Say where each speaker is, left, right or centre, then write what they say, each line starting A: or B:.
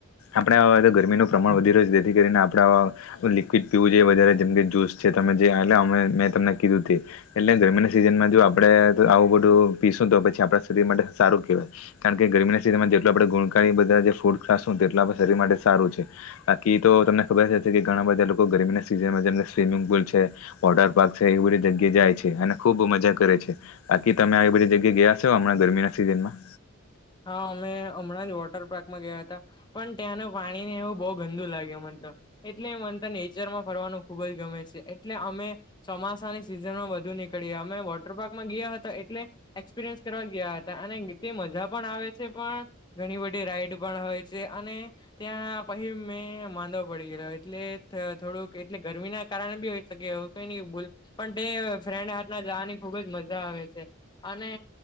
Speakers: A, on the left; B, on the left.
A: આપણે ગરમી ન પ્રમાણ વધી રહ્યું છે જેથી કરીને આપણે લિક્વિડ પીવું જોઈએ વધારે જેમ કે જુસ છે તમે જે અ મેં તમને કીધું એટલે ગરમી ના સિઝનમાં જો આપડે આવું પીસ તો પછી આપણા શરીર માટે સારું કેહેવાય કારણ કે ગરમના સિઝનમાં જેટલું આપણે ગુણકારી બધા ફૂડ ફ્રૂટ ખાસું તેટલા આપણા શરીર માટે સારું છે બાકી તો તમને ખબર જ છે ઘણા બધા લોકો ગરમીના સિજ઼ જેન મા જેમને સ્વિમિંગ પુલ છે વોટર પાર્ક છે એવી બધી જગ્યા જાય છે અને ખુબ મજા કરે છે બાકી તમે આવી બધી જગ્યા ગયા છો હમણાં ગરમીના સિઝન માં
B: હા અમે હમણાં જ વોટર પાર્કમાં ગયા હતા પણ ત્યાંનું પાણી ને એવું બહુ ગંદુ લાગ્યું મને એટલે મન તો નેચર માં ફરવાનું ખુબ જ ગમે છે એટલે અમે ચોમાસાની સિઝનમાં નીકળયા અમે વોટર પાર્કમાં ગયા હતા એટલે એક્સપિરયન્સ કરવા ગયા હતા અને તે મજા પણ આવે છે પણ ઘણી બધી રાઈડ પણ હોય છે અને ત્યાં પછી મે પડી ગેલા એટલે થોડુંક એટલે ગરમી ના કારણે બી હો શકે એવું કાયની <unintelligible> ફ્રેન્ડ હાથના જવાની ખુબ જ મજા આવે છે અને